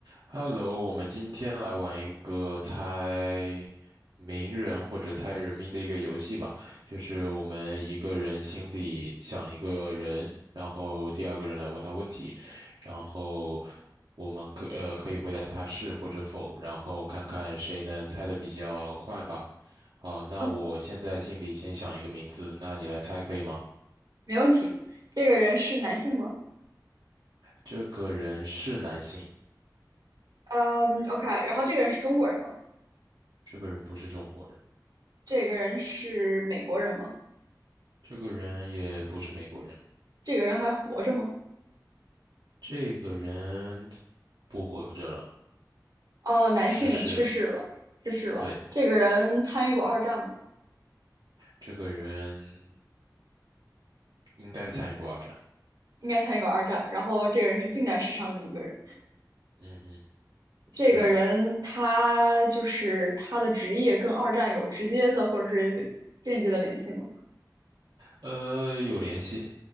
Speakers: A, on the right; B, on the right.
A: Hello，我们今天来玩一个猜名人或者猜人名的一个游戏吧。就是我们一个人心里想一个人，然后第二个人来问他问题，然后我们可呃可以回答他是或者否，然后看看谁能猜的比较快吧。好，那我现在心里先想一个名字，
B: 没问
A: 那你来猜可以吗？
B: 没问题。这个人是男性吗？
A: 这个人是男性，
B: 嗯，OK。然后这个人是中国人吗？
A: 这个人不是中国人，
B: 这个人是美国人吗？
A: 这个人也不是美国人。
B: 这个人还活着吗？
A: 这个人不活着了，
B: 哦，男性去世了，
A: 逝世了。
B: 去世了。
A: 对，
B: 这个人参与过二战吗？
A: 这个人应该参与过二战。
B: 应该参与过二战。然后这个人是近代史上的一个人。
A: 嗯哼，是，
B: 这个人他就是他的职业跟二战有直接的或者是间接的联系吗？
A: 呃，有联系。